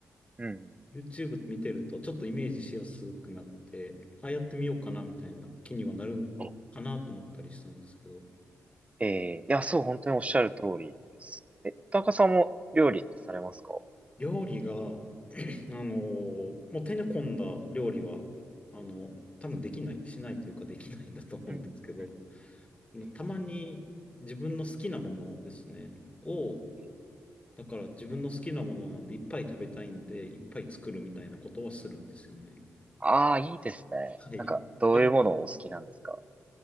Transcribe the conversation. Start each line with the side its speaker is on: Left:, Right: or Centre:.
Right: うん。
Left: YouTube 見てるとちょっとイメージしやすくなって、ああやってみようかなみたいな気にはなるかなと思ったりしたんですけど、
Right: おええ、いや、そう、本当におっしゃる通りです。え、田中さんも料理ってされますか
Left: 料理が、<clears throat> あのもう手の込んだ料理は、あの、多分できない、しないというかできないんだと思うんですけど、
Right: うんうんうんうんうんうんえ
Left: たまに自分の好きなものですね、を
Right: え
Left: だから自分の好きなものなんでいっぱい食べたいんで、いっぱい作るみたいなことはするんですよね。
Right: ああ、いいですね。
Left: はい。
Right: なんか、どういうものをお好きなんですか
Left: <laughs>